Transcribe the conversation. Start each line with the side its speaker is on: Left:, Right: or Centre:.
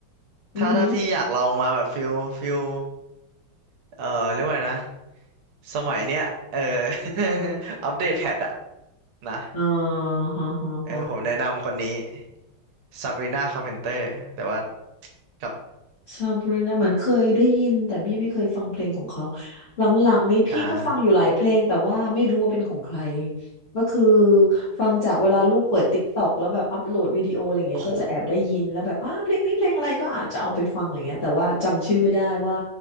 Left: อือหือ
Right: ถ้าถ้าพี่อยากลองมาแบบฟิลฟิล เอ่อเรียกว่าไงนะสมัยเนี้ยเออ <laughs> อัปเดตแพทอะนะ
Left: อ่าฮะฮะฮะ
Right: เออผมแนะนำคนนี้ซาบรีนาคาร์เพนเตอร์แต่ว่ากับ
Left: ซาบรีนาเหมือนเคยได้ยินแต่พี่ไม่เคยฟังเพลงของเขาหลังๆนี้พี่ก็ฟังอยู่หลายเพลงแต่ว่าไม่รู้ว่าเป็นของใคร
Right: อ่า
Left: ก็คือฟังจากเวลาลูกเปิดติ๊กต็อกแล้วแบบอัปโหลดวิดีโออะไรเงี้ยก็จะแอบได้ยินแล้วแบบอ้าเพลงนี้เพลงอะไรก็อาจจะเอาไปฟังอะไรเงี้ยแต่ว่าจำชื่อไม่ได้ว่า
Right: โอ้โห